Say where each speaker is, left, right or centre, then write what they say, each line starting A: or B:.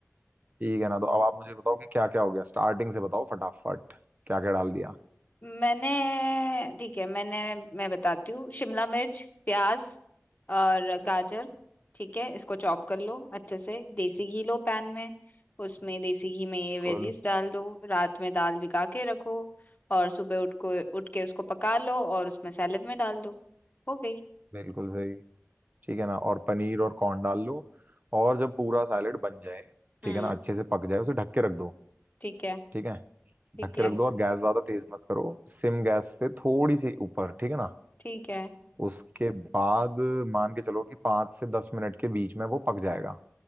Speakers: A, on the right (about 35°); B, on the left (about 35°).
A: ठीक है ना तो अब आप मुझे बताओ कि क्या क्या हो गया स्टार्टिंग से बताओ फटाफट क्या क्या डाल दिया
B: मैंने ठीक है मैंने मैं बताती हूँ शिमला मिर्च प्याज और गाजर ठीक है इसको चॉप कर लो अच्छे से देसी घी लो पैन में उसमें देसी घी में ये
A: बिल्कुल
B: वेजीज डाल दो रात में दाल भिगा के रखो और सुबह उठ को उठ के उसको पका लो और उसमें सैलेड में डाल दो हो गई
A: बिल्कुल सही ठीक है ना और पनीर और कॉर्न डाल लो और जब पूरा सैलेड बन जाए
B: हम्म
A: ठीक है ना अच्छे से पक जाए उसे ढक के रख दो
B: ठीक है
A: ठीक है
B: ठीक
A: ढक के
B: है
A: रख दो और गैस ज्यादा तेज मत करो सिम गैस से थोड़ी सी ऊपर ठीक है ना
B: ठीक है
A: उसके बाद मान के चलो कि पाँच से दस मिनट के बीच में वो पक जाएगा